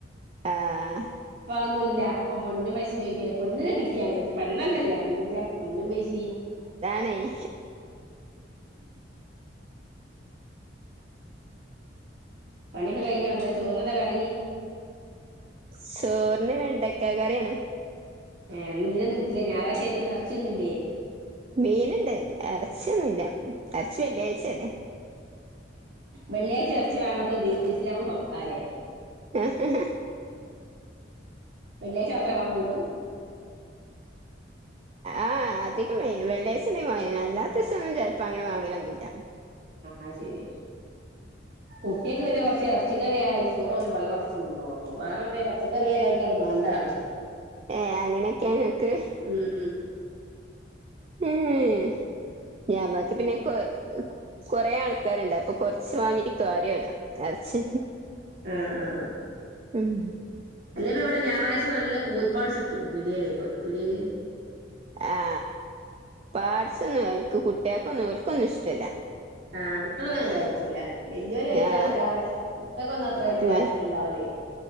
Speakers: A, on the right (about 35°); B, on the right (about 60°).
A: ആഹ്
B: ഇപ്പ അതൊന്നുല്ല ഇപ്പൊ പൊന്നും പൈസയും ചോദിക്കേല പെണ്ണിനെ കിട്ടിയാതി പെണ്ണന്നെ ഇല്ല പിന്നെന്തിനാ പൊന്നും പൈസി
A: ന്നെയ്.
B: പണിയൊക്കെ കഴിഞ്ഞോ എന്താ ചോറിനെന്താ കറി
A: ചോറിന് വേണ്ടക്കാ കറിയാണ്
B: ഏ മീനൊന്നും കിട്ടീല്ലേ. ഞായറാഴ്ച ആയി ട്ടിന്ന് ഇറച്ചിയൊന്നൂല്ലേ.
A: മീനുണ്ട് ഇറച്ചിയൊന്നുല്ല. ഇറച്ചി വെള്ളിയാഴ്ച അല്ലേ
B: വെള്ളിയാഴ്ച ഇറച്ചി വാങ്ങാത്ത ദിസലാമ് പുറത്താലേ
A: ഹ് ഹ..
B: വെള്ളിയാഴ്ച മാത്രേ വാങ്ങൊള്ളൂ
A: ആ അധികം വെള്ളിയാഴ്ച്ചന്നെ വാങ്ങനെ. അല്ലാത്ത ദിവസൊന്നും ചിലപ്പോ അങ്ങനെ വാങ്ങലൊന്നൂല്ല
B: ആ ശരി കുട്ടിയൊക്കെങ്ങനൊറ ഇറച്ചിക്കറി ആയാലും ചോറ് ഓല് പള്ള നെറച്ച് തിന്നോളൂ. വേറെന്തേ പച്ചക്കറി ആയാല് അത് മാണ്ടാണ്
A: ഏ അങ്ങനെയൊക്കെ ങ്ങക്ക്
B: ഉം
A: ഉം ഞാൻ ബാക്കി പിന്നെ കൊ കൊറേ ആൾക്കാരുണ്ട് അപ്പൊ കൊറച്ച് വാങ്ങിട്ട് കാര്യല്ല എറച്ചി
B: ആ ആ
A: ഉം
B: അപ്പ ഇവിടെ ഞായറാഴ്ച നല്ല കോഴിപ്പാട്സ് കിട്ടും. പീടിയേലെ പിടിയേല്
A: ആ പാട്സ് ഒന്നും ഓൽക്ക് കുട്ടികക്ക് ഒന്നും ഇവർക്ക് ഒന്നും ഇഷ്ടല്ല.
B: ആ കുട്ടികളൊന്നും അങ്ങനെ കഴിക്കൂല വല്ലിയോരു കഴിക്കൂന്നല്ലാതെ
A: ആഹ്
B: കുട്ടികൾക്കൊന്നും അത്ര വലിയ
A: ഉം
B: താല്പര്യം ഉണ്ടാവൂല്ലേ